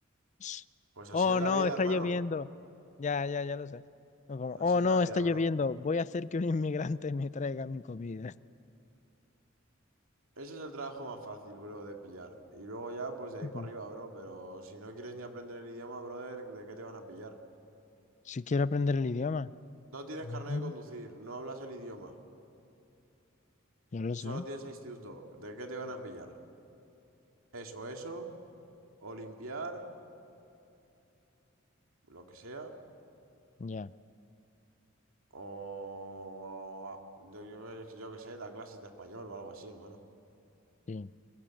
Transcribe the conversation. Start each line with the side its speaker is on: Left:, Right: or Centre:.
Left: <laughs>
Right: Pues así
Left: Oh,
Right: es la
Left: no,
Right: vida,
Left: está
Right: hermano.
Left: lloviendo. Ya, ya, ya lo sé. O como,
Right: Así
Left: oh,
Right: es
Left: no,
Right: la vida,
Left: está
Right: bro.
Left: lloviendo. Voy a hacer que un inmigrante me traiga mi comida.
Right: Ese es el trabajo más fácil, bro, de pillar. Y luego ya, pues de ahí
Left: <laughs>
Right: para
Left: Ya.
Right: arriba, bro. Pero si no quieres ni aprender el idioma, brother, ¿de qué te van a pillar?
Left: Si quiero aprender el idioma.
Right: No tienes
Left: Ujú.
Right: carnet de conducir, no hablas el idioma,
Left: Ya lo
Right: solo
Left: sé.
Right: tienes el instituto. ¿De qué te van a pillar? Eso, eso, o limpiar, lo que sea,
Left: Ya,
Right: o yo, yo, yo qué sé, da clases de español o algo así, hermano.
Left: sí.